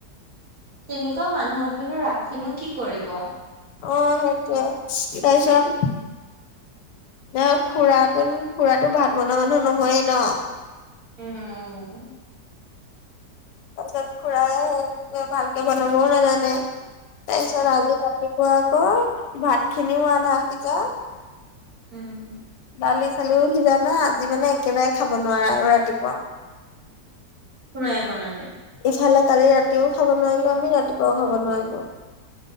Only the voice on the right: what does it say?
তেনেকুৱা মানুহক বোলো ৰাখিনো কি কৰিব।
উম'।
উম।
খুৰাই বনালে।